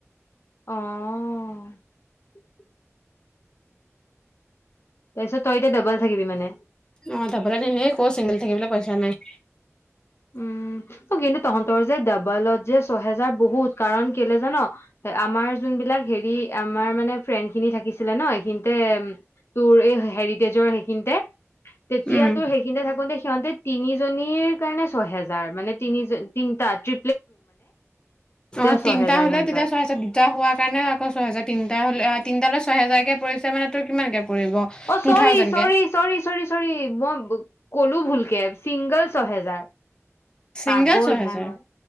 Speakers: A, on the left; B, on the left.
A: অহ তাছত তই এতিয়া ডাবল থাকিবি মানে
B: অ তাৰপৰা, সেই এনেই ক, চিংগল থাকিবলৈ পইচা নাই।
A: উম। কিন্তু তহঁতৰ যে ডাবলত যে ছহেজাৰ বহুত, কাৰণ কেলে জান? আমাৰ যোন বিলাক হেৰি, আমাৰ মানে ফ্ৰেণ্ড খিনি থাকিছিলে ন এইখিনিতে, তোৰ এই হেৰিটেজৰ সেইখিনিতে। তেতিয়াটো
B: উম
A: সেইখিনিতে থাকোতে সিহঁতে তিনিজনীৰ কাৰণে ছহেজাৰ, মানে তিনি জনী, তিনটা তি
B: অ
A: ছহেজাৰ
B: তিনটা হলে
A: সিহঁতৰ
B: তেতিয়া ছয় হেজাৰ। দুটা হোৱা কাৰণে আকৌ ছয় হজাৰ। তিনটা হলে, অ তিনটালে ছয় হেজাৰকে পৰিছে মানে তোৰ কিমানকে পৰিব
A: অ
B: টু
A: চৰি
B: থাউজেণ্ডকে
A: চৰি, চৰি চৰি চৰি, মই বো কলো ভুলকে, ছিংগল ছহেজাৰ।
B: ছিংগল
A: পাগল
B: ছহেজাৰ
A: ভাই মই,